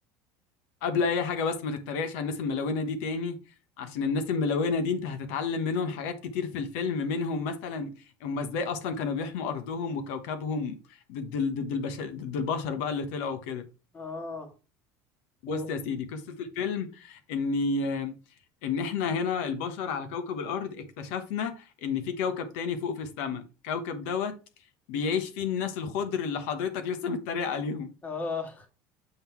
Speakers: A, on the left; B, on the left.
A: قبل اي حاجه بس ما تتريقش على الناس الملونه دي تاني عشان الناس الملونه دي انت هتتعلم منهم حاجات كتير في الفيلم منهم مثلا هم ازاي اصلا كانوا بيحموا ارضهم وكوكبهم ضد ال- ضد البشر ضد البشر بقى اللي طلعوا كده
B: اه
A: بص
B: و...
A: يا سيدي قصه الفيلم اني ان احنا هنا البشر على كوكب الارض اكتشفنا ان في كوكب تاني فوق في السماء كوكب دوت بيعيش فيه الناس الخضر اللي حضرتك لسه متريق عليهم
B: اه